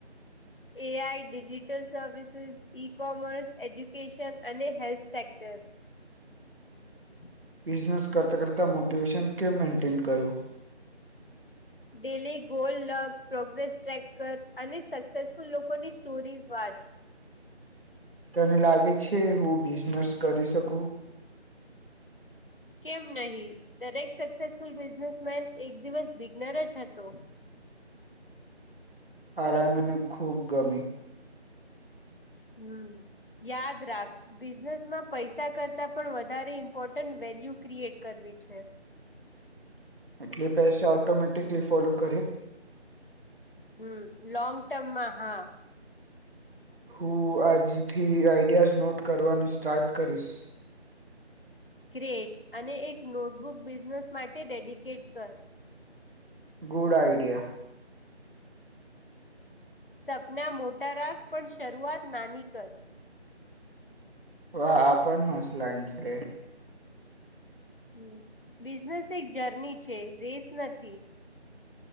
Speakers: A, on the left; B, on the right.
A: A I digital services e commerce education અને હેલ્થ સેક્ટર <inaudible>
B: બિઝનેસ કરતાં કરતાં મોટિવેશન કેમ મેન્ટેન કરવું?
A: Daily goal, luck, progress track કર, અને સક્સેસફુલ લોકોની સ્ટોરીઝ વાંચ.
B: તને લાગે છે હું બિઝનેસ કરી શકું?
A: કેમ નહીિ દરેક સક્સેસફુલ બિઝનેસ મેન એક દિવસ બિગ્નર જ હતો
B: આરાજ મને ખુબ ગમી
A: હમ યાદ રા બિઝનેસમાં પૈસા કરતાં પણ વધારે ઇમ્પોર્ટન્ટ વેલ્યુ ક્રિએટ કરવી છે
B: એટલે પૈસા ઓટોમેટિકલી ફોલો કરે
A: હમ લાંગ ટર્મમાં હા
B: હું આજથી આઈડિયાઝ નોટ કરવાનું સ્ટાર્ટ કરીશ
A: ક્રએટ અને એક નોટબુક બિઝનેસ માટે ડેડિકેટ કર
B: ગુડ આઈડિયા
A: સપના મોટા રાખ પણ શરૂઆત નાની કર
B: વા આપ પણ મસલાઇ છે
A: હ બિઝનેસ એક જર્ની છે રેસ નથી